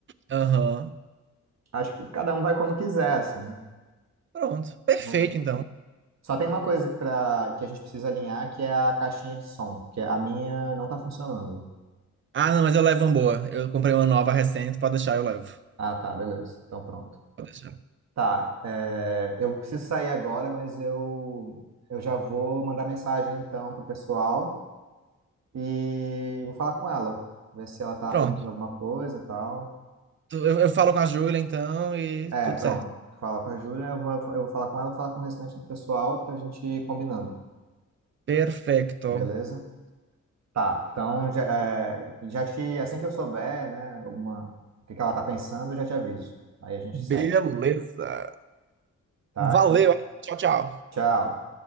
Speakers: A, on the right; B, on the right.
A: Aham.
B: Acho que cada um vai como quiser, assim.
A: Pronto. Perfeito,
B: Não-
A: então.
B: Só tem uma coisa pra, que a gente precisa alinhar, que é a caixinha de som, porque a minha não tá funcionando.
A: Ah, não, mas eu levo uma boa. Eu comprei uma nova recente, pode deixar, eu levo.
B: Ah, tá, beleza. Então pronto.
A: Pode deixar.
B: Tá, é, eu preciso sair agora, mas eu, eu já vou mandar mensagem então pro pessoal e vou falar com ela, ver se ela tá
A: Pronto.
B: planejando alguma coisa e tal.
A: Tu- Eu, eu falo com a Júlia, então, e
B: É,
A: tudo
B: pronto.
A: certo.
B: Fala com a Júlia, eu vou, eu vou falar com ela, falar com o restante do pessoal pra gente ir combinando,
A: Perfeito.
B: beleza? Tá, então já, é, já te, assim que eu souber, né, alguma, o que que ela tá pensando, eu já te aviso. Aí a gente segue,
A: Beleza.
B: tá?
A: Valeu.
B: Então,
A: Tchau, tchau.
B: tchau.